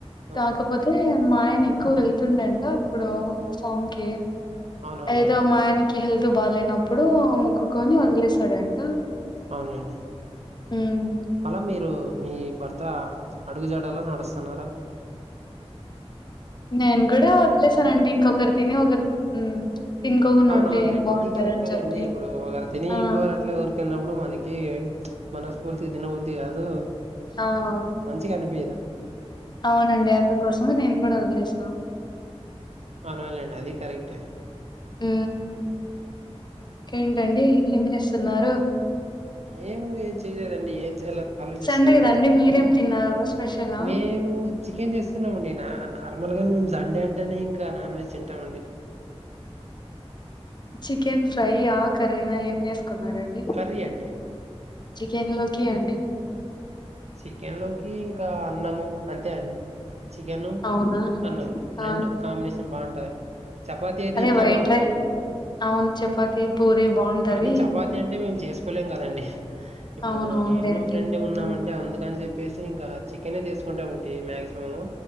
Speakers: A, on the left (about 40°); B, on the right (about 80°).
A: కాక.
B: ఆ
A: పోతే మా ఆయన ఎక్కువ వెళ్తుండంట అప్పుడు సోమ్కి
B: అవునవునులేండి
A: ఏదో. ఆయనికి హెల్త్ బాగాలేనప్పుడు ముక్కుకొని వదిలేసాడంట.
B: అవునండి.
A: హ్మ్.
B: అలా మీరు మీ భర్త అడుగు జాడలో నడుస్తున్నారా.
A: నేను కూడా వదిలే సానండి ఇంకొకరు తిని ఒకరు. తినుకోకుండా
B: అవున
A: ఉంటే
B: అవునులేండి
A: ఏం బావుంటదని
B: అది కరెక్టాలేండి
A: చెప్పి.
B: ఇప్పుడు ఒకరు తిని
A: ఆ!
B: ఇంకొరు అట్లే ఊరుకున్నప్పుడు మనకి మన. పూర్తిగా తినబుద్ధి కాదు.
A: అవు.
B: మంచిగా అనిపియ్యదు.
A: అవునండి అందుకోసమే నేను కూడా వదిలేసిన.
B: అవునవును లేండి అది కరెక్టే.
A: ఉ. ఏంటండి ఏం చేస్తున్నారు.
B: మేము ఏం చెయలేదండి ఏం చేయలో ఆలోచిస్తున్నాము.
A: సండే కదండి మీరేం తిన్నారు స్పెషలా
B: మేము. చికెన్ చేసుకున్నామండి నా నార్మల్ గానే మేము జండే అంటేనే ఇంకా నాన్ వెజ్ తింటామండి.
A: చికెన్ ఫ్రై ఆ కర్రీనా ఏం వేసుకున్నారండి.
B: కర్రీ అన్న్డే.
A: చికెనీ లోకే అండి.
B: చికెన్ లోకి ఇంకా అన్నము అంతే అన్నీ. చికెను
A: అవునా
B: అన్నం
A: ఆ
B: రెండు కాంబినేషన్ బాగుంటదండి. చపాతి అయితే
A: అదే
B: ఇంకా
A: వైట్
B: బాగుంటదండి.
A: రై అవును చపాతి పూరి బాగుంటది
B: కానీ చపాతి అంటే మేము చేసుకోలేం కదండి. ఇప్పుడు
A: అవునవునులే
B: నేను మా
A: అండి
B: ఫ్రెండ్ ఉన్నామం.
A: ఆ
B: అంటే అందుకని చెప్పేసి ఇంకా చికెన్ చేసుకుంటామంటి మాక్సిమం.